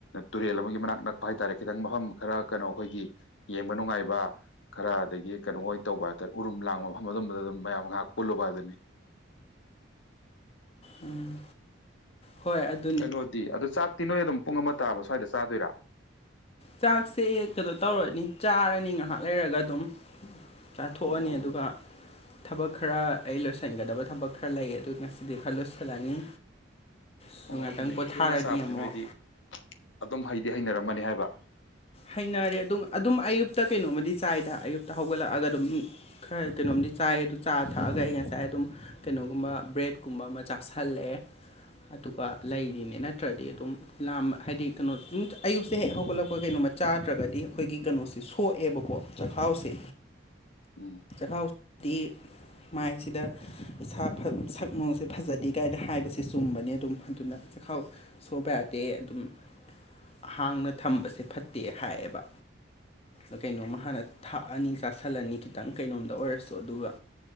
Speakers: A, on the left; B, on the left.
A: ꯇꯨꯔꯦꯜ ꯑꯃꯒꯤ ꯃꯅꯥꯛ ꯅꯛꯄ ꯍꯥꯏꯇꯥꯔꯦ ꯈꯤꯇꯪ ꯃꯐꯝ ꯈꯔ ꯀꯩꯅꯣ ꯑꯩꯈꯣꯏꯒꯤ ꯌꯦꯡꯕ ꯅꯨꯡꯉꯥꯏꯕ ꯈꯔ ꯑꯗꯒꯤ ꯀꯩꯅꯣ ꯑꯣꯏ ꯇꯧꯕ ꯍꯥꯏꯇꯥꯔꯦ ꯎꯔꯨꯝ ꯂꯥꯡꯕ ꯃꯐꯝ ꯑꯗꯨꯝꯕꯗ ꯑꯗꯨꯝ ꯃꯌꯥꯝ ꯉꯥꯏꯍꯥꯛ ꯄꯨꯜꯂꯨꯕ ꯍꯥꯏꯗꯨꯅꯤ
B: ꯎꯝ ꯍꯣꯏ <inaudible>
A: ꯀꯩꯅꯣꯗꯤ ꯑꯗꯣ ꯆꯥꯛꯇꯤ ꯅꯣꯏ ꯑꯗꯨꯝ ꯄꯨꯡ ꯑꯃ ꯇꯥꯕ ꯁ꯭ꯋꯥꯏꯗ ꯆꯥꯗꯣꯏꯔꯥ
B: ꯆꯥꯛꯁꯦ ꯇꯨꯗ ꯇꯧꯔꯅꯤ ꯆꯥꯔꯅꯤ ꯉꯥꯏꯍꯥꯛ ꯂꯩꯔꯒ ꯑꯗꯨꯝ꯫ ꯆꯥꯊꯣꯛꯑꯅꯤ
A: ꯑꯣ
B: ꯑꯗꯨꯒ ꯊꯕꯛ ꯈꯔ ꯑꯩ ꯂꯣꯏꯁꯤꯟꯒꯗꯕ ꯊꯕꯛ ꯈꯔ ꯂꯩ ꯑꯗꯨ ꯉꯁꯤꯗꯤ ꯈꯔ ꯂꯣꯏꯁꯤꯜꯂꯅꯤ꯫ ꯑꯁ
A: ꯑꯣ
B: ꯉꯥꯛꯇꯪ
A: ꯑꯗꯨꯅꯦ
B: ꯄꯣꯊꯥꯔꯅꯤ
A: ꯊꯦꯡꯅ ꯆꯥꯕꯁꯨ
B: ꯑꯃꯨꯛ꯫
A: ꯅꯣꯏꯗꯤ ꯑꯗꯨꯝ ꯍꯩꯗꯤ ꯍꯩꯅꯔꯝꯃꯅꯤ ꯍꯥꯏꯕ꯫
B: ꯍꯩꯅꯔꯦ ꯑꯗꯨꯝ ꯑꯗꯨꯝ ꯑꯌꯨꯛꯇ ꯀꯩꯅꯣꯝꯃꯗꯤ ꯆꯥꯏꯗ ꯑꯌꯨꯛꯇ ꯍꯧꯒꯠꯂꯛꯑꯒ ꯑꯗꯨꯝ ꯈꯔ ꯀꯩꯅꯣꯝꯗꯤ ꯆꯥꯏ ꯑꯗꯨ ꯆꯥ ꯊꯛꯑꯒ ꯑꯩ ꯉꯁꯥꯏ ꯑꯗꯨꯝ ꯀꯩꯅꯣꯒꯨꯝꯕ ꯕ꯭ꯔꯦꯗꯀꯨꯝꯕ ꯑꯃ ꯆꯥꯥꯁꯜꯂꯦ꯫ ꯑꯗꯨꯒ ꯂꯩꯔꯤꯅꯦ ꯅꯠꯇ꯭ꯔꯗꯤ ꯑꯗꯨꯝꯝ ꯂꯥꯝꯕ ꯍꯥꯏꯗꯤ ꯀꯩꯅꯣ ꯑꯌꯨꯛꯁꯦ ꯍꯦꯛ ꯍꯧꯒꯠꯂꯛꯄ ꯀꯩꯅꯣ ꯃ ꯆꯥꯗ꯭ꯔꯒꯗꯤ ꯑꯩꯈꯣꯏꯒꯤ ꯀꯩꯅꯣꯁꯦ ꯁꯣꯛꯑꯦꯕꯀꯣ ꯆꯥꯛꯈꯥꯎꯁꯦ꯫
A: ꯎꯝ꯫
B: ꯆꯈꯥꯎ ꯗꯤ ꯃꯥꯏꯁꯤꯗ ꯏꯁꯥ ꯐ ꯁꯛꯅꯨꯡꯁꯦ ꯐꯖꯗꯦ ꯀꯥꯏꯅ ꯍꯥꯏꯕꯁꯦ ꯆꯨꯝꯕꯅꯤ ꯑꯗꯨꯝ ꯑꯗꯨꯅ ꯆꯈꯥꯎ ꯁꯣꯏꯕ ꯌꯥꯗꯦ ꯑꯗꯨꯝ ꯑꯍꯥꯡꯅ ꯊꯝꯕꯁꯦ ꯐ ꯗꯦ ꯍꯥꯏꯌꯦꯕ꯫ ꯑ ꯀꯩꯅꯣꯝꯃ ꯍꯥꯟꯅ ꯊꯥꯛꯑꯅꯤ ꯆꯥꯁꯜꯂꯅꯤ ꯈꯤꯇꯪ ꯀꯩꯅꯣꯝꯗ ꯑꯣꯏꯔꯁꯨ ꯑꯗꯨꯒ